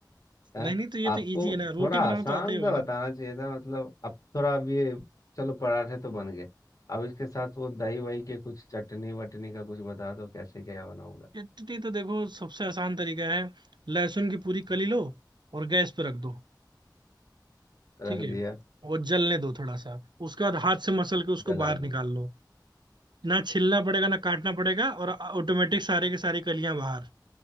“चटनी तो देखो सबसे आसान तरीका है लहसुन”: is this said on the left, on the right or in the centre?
Right